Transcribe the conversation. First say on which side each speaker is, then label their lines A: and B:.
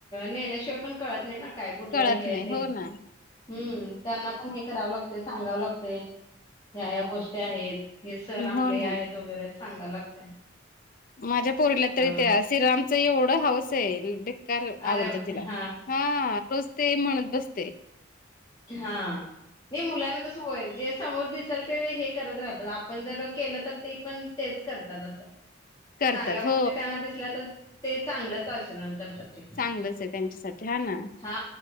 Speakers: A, on the left; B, on the left.
A: नेल्याशिवाय पण कळत नाही ना काय कुठलं
B: कळत
A: हे
B: नाही
A: आहे ते.
B: हो ना.
A: हम त्यांना पण हे करावं लागते सांगावं लागते ह्या ह्या गोष्टी आहेत. हे सण आपले
B: हो ना
A: आहेत वगैरे सांगाव लागते.
B: माझ्या पोरील्या तरी
A: हा.
B: त्या श्रीरामच एवढं हाऊस आहे. कार
A: अरे
B: आवडतं तिला
A: हा
B: हा रोज ते म्हणत बसते.
A: हा नाही मुलांना कस होय जे. समोर दिसेल तर हे करत राहतात आपण जर केलं तर ते पण तेच करतात असं.
B: करतात
A: चांगल्या गोष्टी
B: हो
A: त्यांना दिसल्या तर ते चांगलंच आचरण करतात. ते
B: चांगलंच आहे त्यांच्यासाठी हा ना.
A: हा